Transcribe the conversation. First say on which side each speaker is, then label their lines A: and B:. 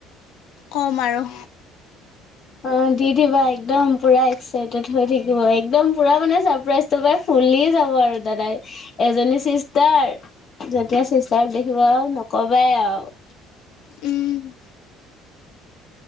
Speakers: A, on the left (about 75°); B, on the left (about 45°).
A: ক'ম আৰু
B: অ' দি দিবা একদম পুৰা এক্সাইটেড হৈ থাকিব। একদম পুৰা মানে চাৰপ্ৰাইজ তোৰ পাই ফুলিয় যাব আৰু দাদাই এজনী চিষ্টাৰ যেতিয়া চিষ্টাৰক দেখিবা আৰু নকবাই আৰু
A: উম। ‌